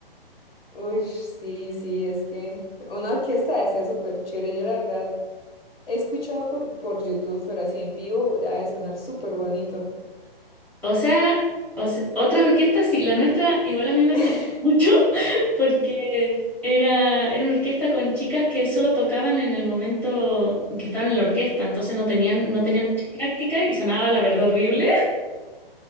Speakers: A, on the left (about 70°); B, in the centre.
A: Uy, sí, sí, es que una orquesta debe ser súper chévere. Yo la verdad He escuchado por, por YouTube, pero así en vivo ha de sonar súper bonito.
B: O sea, o se- otras orquestas sí, la nuestra igual a mí me
A: <laughs>
B: salió mucho. porque era, era una orquesta con chicas que solo tocaban en el momento en que estaban en la orquesta, entonces no tenían, no tenían mucha práctica y sonaba la verdad horrible.